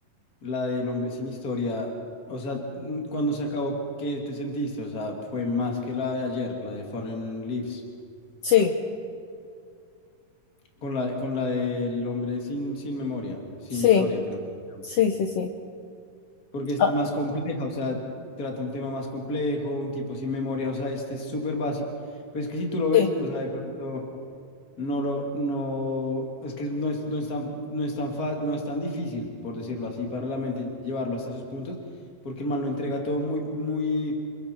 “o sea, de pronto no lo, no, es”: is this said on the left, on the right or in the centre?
Left